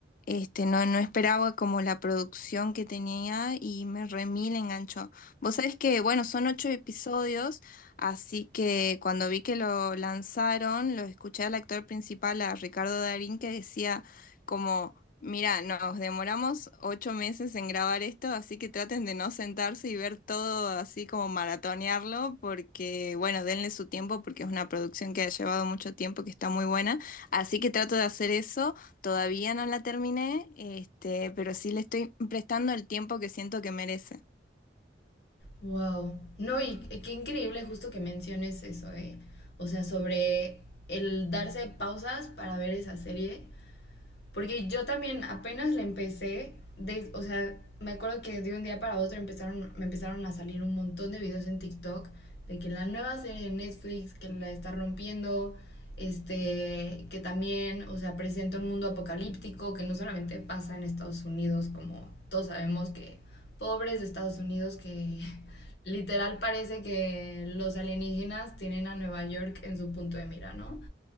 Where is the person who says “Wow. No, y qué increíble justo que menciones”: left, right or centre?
Left